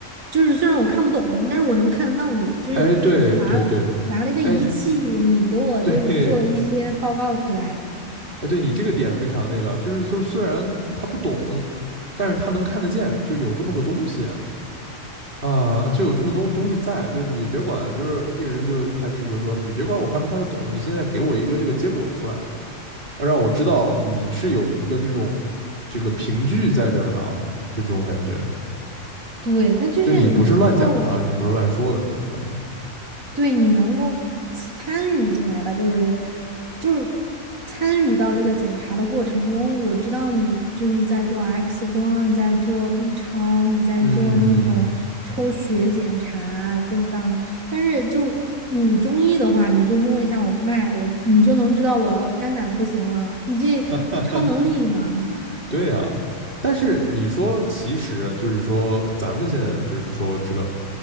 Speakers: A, on the right (about 85°); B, on the right (about 40°).
A: 就是虽然我看不懂，但是我能看得到你就是拿
B: 哎对对对，
A: 拿了一个仪器，
B: 哎。
A: 你给我就是做了一些报告出来。
B: <laughs> 对。哎，对你这个点非常那个，就是说虽然他不懂，但是他能看得见，就有这么个东西啊、就有这么东东西在，就是你别管，就是病人就他心里就说，你别管我看不看得懂，你现在给我一个这个结果出来，啊让我知道你是有一个这种这个凭据在这儿的啊，就这种感觉，
A: 对，它就是你能够
B: 就你不是乱讲的啊，你不是乱说的这种感觉。
A: 对你能够参与进来吧，就是就是参与到这个检查的过程中，我知道你就是在做 X 光，你在做 B 超，你在做那种抽血检查，
B: 嗯，
A: 各种各样的。但是就你中医的话，你就摸一下我脉，我你就能知道我肝胆不行了。你这超能力呢？
B: <laughs> 对呀、但是你说，其实就是说，咱们现在就是说，这个